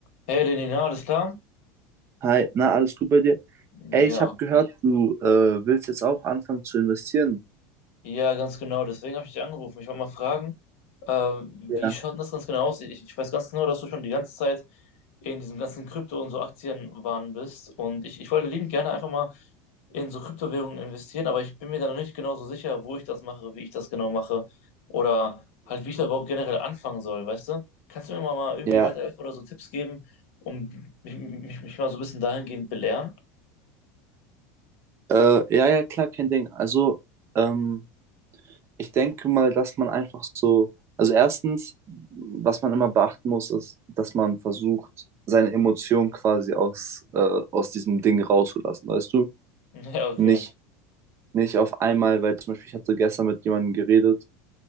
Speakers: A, on the left (about 75°); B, on the right (about 35°).
A: Hey Lenina, alles klar?
B: Hi, na, alles gut bei dir? Ey,
A: Ja,
B: ich habe gehört, du äh, willst jetzt auch anfangen zu investieren.
A: ja, ganz genau. Deswegen habe ich dich angerufen. Ich wollte mal fragen, äh, wie
B: Ja.
A: schaut denn das ganz genau aus? Ich, ich weiß ganz genau, dass du schon die ganze Zeit in diesem ganzen Krypto- und so Aktienwahn bist. Und ich, ich wollte liebend gerne einfach mal in so Kryptowährungen investieren, aber ich bin mir da noch nicht genau so sicher, wo ich das mache, wie ich das genau mache oder halt, wie ich da überhaupt generell anfangen soll, weißt du? Kannst du mir mal, mal irgendwie
B: Ja,
A: weiterhelfen oder so Tipps geben, um mich, mich, mich mal so ein bisschen dahingehend belehren? <laughs>
B: äh, ja, ja, klar, kein Ding. Also, ähm, ich denke mal, dass man einfach so, also erstens, was man immer beachten muss, ist, dass man versucht, seine Emotionen quasi aus, äh, aus diesem Ding rauszulassen, weißt du?
A: Ja, okay.
B: Nicht, nicht auf einmal, weil zum Beispiel, ich hatte gestern mit jemandem geredet